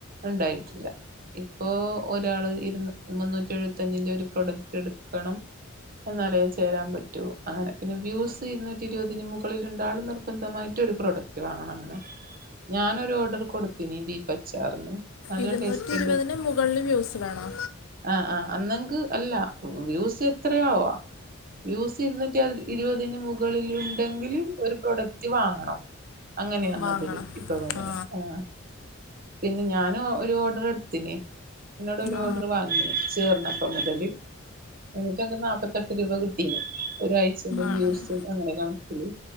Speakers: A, on the right; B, on the left.
A: ഇണ്ടായിറ്റില്ല ഇപ്പോ ഒരാള് ഇരുന്ന് മുന്നൂറ്റി എഴുപത്തഞ്ചിന്റെ ഒരു പ്രൊഡക്റ്റ് എടുക്കണം എന്നാലെ ചേരാൻ പറ്റൂ അങ്ങനെ പിന്നെ വ്യൂസ് ഇരുന്നൂറ്റി ഇരുപതിന് മുകളിൽ രണ്ടാളും നിർബന്ധമായിട്ട് ഒരു പ്രൊഡക്റ്റ് വാങ്ങണം അങ്ങനെ ഞാനൊരു ഓർഡർ കൊടുത്തിന് ബീഫ് അച്ചാറിന് നല്ല
B: ഇരുന്നൂറ്റി
A: ടേസ്റ്റ്
B: ഇരുപതിന് മുകളിൽ വ്യൂസ് വേണോ
A: ആഹ ആഹ് അന്നെങ്കിൽ അല്ല വ്യൂസ് എത്രയാവാ വ്യൂസ് ഇരിന്നൂറ്റി ഇരുപതിന് മുകളിൽ വ്യൂ ഉണ്ടെങ്കില് ഒരു പ്രൊഡക്റ്റ് വാങ്ങണം അങ്ങനെയാണ്
B: വാങ്ങണം
A: അതില് ഇപ്പൊ വന്നെ
B: ആ
A: ആഹ് പിന്നെ ഞാൻ ഒരു ഓർഡർ എടുത്തിന് എന്നോട് ഒരു
B: ആ
A: ഓർഡർ വാങ്ങി ചേർന്നപ്പം മുതല് എനിക്കന്ന് നാപത്തെ എട്ട് രൂപ കിട്ടീന് ഒരാഴ്ചന്റെ
B: ആണല്ലോ
A: വ്യൂസും അങ്ങനെ കണക്കില്.